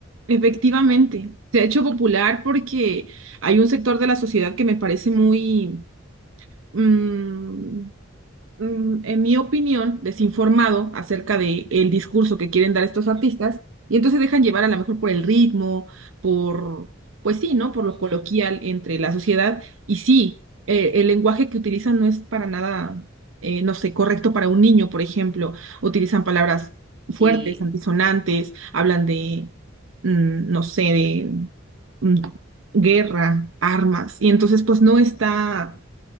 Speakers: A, on the right; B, on the right.
A: Efectivamente, se ha hecho popular porque hay un sector de la sociedad que me parece muy... mm, mm, en mi opinión, desinformado acerca de el discurso que quieren dar estos artistas,
B: Ujú,
A: y entonces dejan llevar a lo mejor por el ritmo, por, pues sí, ¿no? Por lo
B: ujú,
A: coloquial entre la sociedad, y sí, eh, el lenguaje que utilizan no es para nada, eh, no sé, correcto para un niño, por ejemplo,
B: ujú.
A: utilizan palabras fuertes,
B: Sí.
A: antisonantes, hablan de, mm, no sé, de mm, guerra, armas, y entonces pues no está